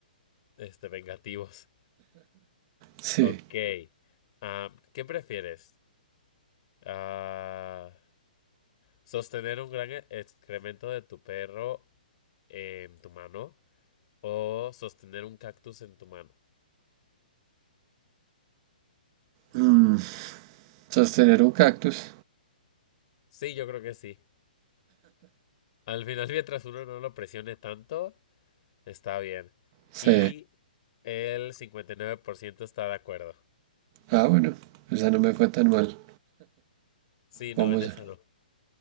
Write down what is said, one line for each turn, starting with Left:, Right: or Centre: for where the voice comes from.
Left: este, vengativos.
Right: Sí.
Left: Ok, ah, ¿qué prefieres? Ah, ¿sostener un gran e- excremento de tu perro en tu mano O sostener un cactus en tu mano.
Right: Mm, Sostener un cactus.
Left: Sí, yo creo que sí. Al final, <laughs> mientras uno no lo presione tanto, está bien.
Right: Sí.
Left: Y el 59% está de acuerdo.
Right: Ah, bueno. Esa no me fue tan mal.
Left: Sí,
Right: Vamos
Left: no, en esa
Right: a...
Left: no.